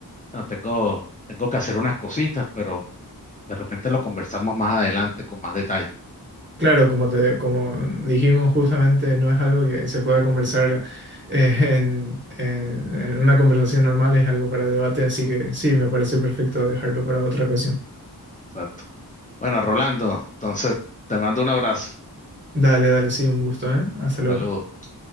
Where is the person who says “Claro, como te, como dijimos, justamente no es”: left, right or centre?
Right